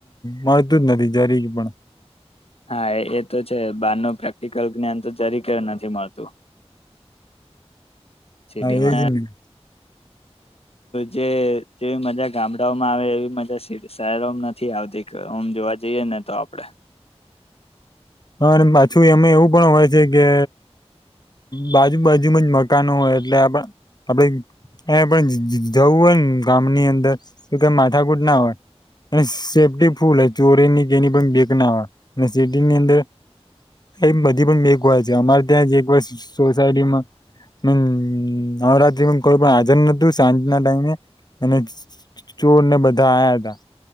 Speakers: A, on the left (about 40°); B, on the left (about 65°).
A: મળતું જ નથી જરી પણ
B: હા એ તો છે બાર ન પ્રેક્ટિકલ જ્ઞાન તો જરીકે નથી મળતું સિટીમાં
A: હા એ જ ન ન
B: જેવી મજા ગામડાઓમાં આવે એવી મજા શહેરોમાં નથી આવતી જોવા જઈએ ને તો આપડે
A: હા અને પાછું એમાં એવું પણ હોય છે કે બાજુ બાાજુમાં જ મકાનો હોય એટલે આપ આપડ એ પણ જવું હોય ને ગામની અંદર તો ક માથાકૂટ ના હોય સેફ્ટી ફૂલ હ ચોરીની કેની પણ બેક ના હો અને સેફીની અંદર એમ બધી પણ બીક હોય છે અમારે ત્યાં જે એક વાર સોસાયટીમાં હમ નવરાત્રિમાં કોઈ પણ હાજર નહોતું સાંજ ના ટાઈમે અને ચોર ને બધા આયા હતા